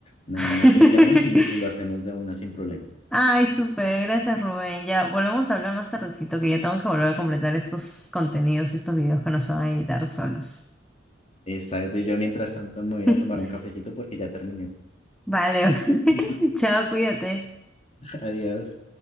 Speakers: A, on the left; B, in the centre.
A: nada
B: <laughs>
A: más me llamas y, y lo hacemos de una sin problema.
B: Ay, súper, gracias Rubén. Ya volvemos a hablar más tardecito, que ya tengo que volver a completar estos contenidos y estos videos que no se van a editar solos.
A: Exacto, y yo mientras tanto me voy a ir
B: <laughs>
A: a tomar un cafecito porque ya terminé.
B: Vale, <laughs>
A: <laughs>
B: chao, cuídate.
A: Adiós.